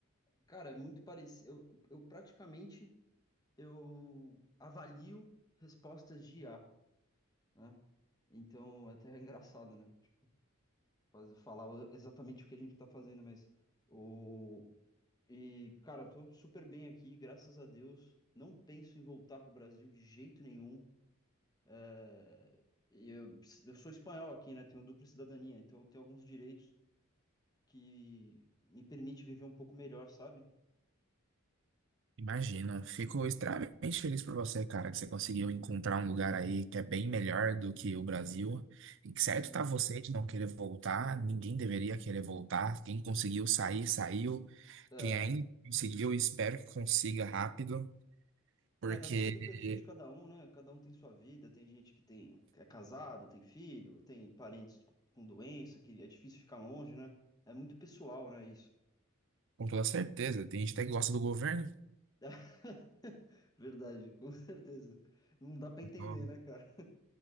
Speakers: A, on the left; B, on the right.
A: Cara, é muito parecido. Eu, eu praticamente eu avalio respostas de IA, né? Então, até é <laughs> engraçado, né? Tipo, faz- falar o- exatamente o que a gente tá fazendo, mas. O, E, cara, tô super bem aqui, graças a Deus. Não penso em voltar pro Brasil de jeito nenhum. É, E Eu, eu sou espanhol aqui, né? Tenho dupla cidadania, então tenho alguns direitos que me permite viver um pouco melhor, sabe?
B: Imagino, fico extremamente feliz por você, cara, que você conseguiu encontrar um lugar aí que é bem melhor do que o Brasil. E que
A: Sim.
B: certo tá você de não querer voltar, ninguém deveria querer voltar. Quem conseguiu sair, saiu.
A: É.
B: Quem ainda conseguiu, espero que consiga rápido, porque
A: É, vai muito do perfil de cada um, né? Cada um tem sua vida, tem gente que tem, que é casado, tem filho, tem parentes com doença, que é difícil ficar longe, né? É muito pessoal, né, isso?
B: com toda certeza, tem gente até que gosta do governo.
A: <laughs> Verdade, com certeza. Não dá pra entender,
B: Então,
A: né, cara?